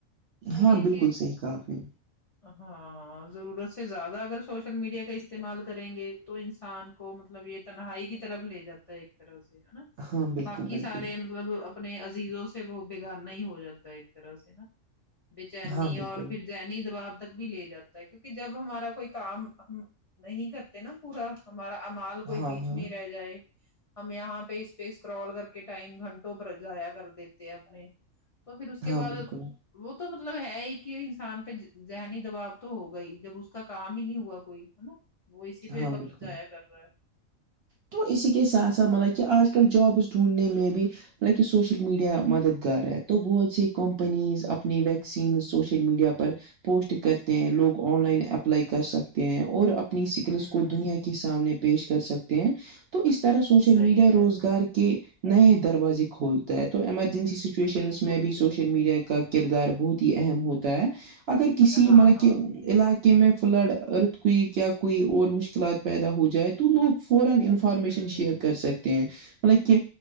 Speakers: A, on the left; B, on the right.
A: وہی
B: ہاں
A: ہے
B: بالکل
A: کہ
B: صحیح کہا آپ نے
A: ہاں ضرورت سے زیادہ اگر سوشل میڈیا کا استعمال کریں گے تو ان کو مطلب یہ تنہائی کی طرف لے جاتا ہے ایک طرح سے ہے نا
B: ہاں بالکل
A: باقی
B: بالکل
A: سارے مطلب اپنے عزیزوں سے وہ بگڑ نہیں ہو جاتا ہے ایک طرح سے نا بےچینی
B: ہاں بالکل
A: اور پھر ذنیی دباب تک بھی لے جاتا ہے کیونکہ جب ہمارا کوئی کام ہم نہیں کرتے نا پورا ہمارا امال کوئی
B: ہاں
A: بیچ
B: ہاں
A: میں ہی رہ جائے ہم یہاں پہ اس پہ اسکرال کر کے ٹائم گھنٹوں پر جایا کر دیتے اپنے تو پھر اس
B: ہاں
A: کے بعد
B: بالکل
A: وہ تو مطلب ہے ہی کہ انسان پہ ذہنی دباؤ تو ہوگا ہی جب اس کا کام ہی نہیں ہوا کوئی ہے نا وہ اسی پہ
B: ہاں
A: وقت
B: بالکل
A: جایا کر رہا ہے
B: تو اسی کے سات س سے مطلب کہ آج کل جابس ڈھونڈنے مے بی بہ سوشل میڈیا مددگار ہے تو بہت سی کمپنیز اپنی ویکسین سوشل میڈیا پر پوسٹ کرتے ہیں لوگ آن لائن اپلائی کر سکتے ہیں اور اپنی
A: ہے
B: کو
A: ہوں
B: دنیا کے سامنے پیش کر سکتے ہیں تو اس طرح سوشل
A: صحیح
B: میڈیا روزگار
A: ہے
B: کے نئے دروازے کھولتا ہے تو ایمرجنسی سچویشنس
A: بالکل
B: میں بھی سوشل میڈیا کا کردار بہت ہی اہم ہوتا ہے اگر کسی
A: ہاں
B: مطلب
A: ہاں
B: کہ
A: ہوں
B: علاج میں فل ارت کوئی کیا کوی اور مشکلات پیدا ہو جا تو لوگ فورا انفارمیشن
A: ہوں
B: شیئر کر سکتے ہیں مطلب کہ